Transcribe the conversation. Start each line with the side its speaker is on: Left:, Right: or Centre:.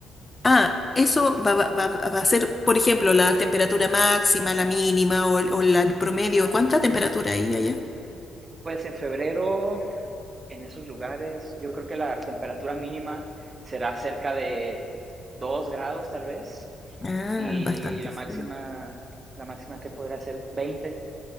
Left: ah, eso va, va- va- va a ser, por ejemplo, la temperatura máxima, la mínima o, el- o la- el promedio. ¿Cuánta temperatura hay allá?
Right: Pues en febrero en esos lugares, yo creo que la temperatura mínima será cerca de 2 grados tal vez
Left: Ah,
Right: y
Left: bastante
Right: la máxima,
Left: frío.
Right: la máxima que podrá ser veinte